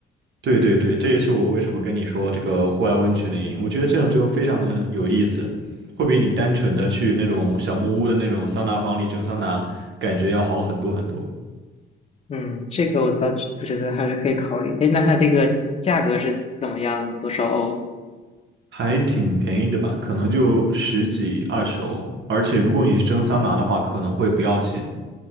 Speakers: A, on the right (about 65°); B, on the left (about 30°).
A: 对对对，这也是我为什么跟你说这个户外温泉的原因。我觉得这样就非常的有意思，会比你单纯的去那种小木屋的那种桑拿房里蒸桑拿，感觉要好很多很多，
B: 嗯，这个我倒觉觉得还是可以考虑。哎，那它这个价格是怎么样的？多少欧？
A: 还挺便宜的吧？可能就十几二十欧，而且如果你是蒸桑拿的话，可能会不要钱。